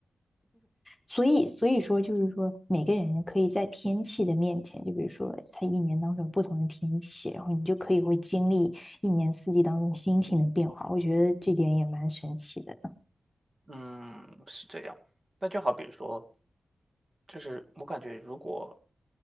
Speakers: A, on the left; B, on the right.
A: 所以，所以说就是说，每个人可以在天气的面前，就比如说它一年当中有不同的天气，然后你就可以会经历一年四季当中心情的变化。我觉得这点也蛮神奇的。
B: 嗯，是这样。那就好比说，就是我感觉如果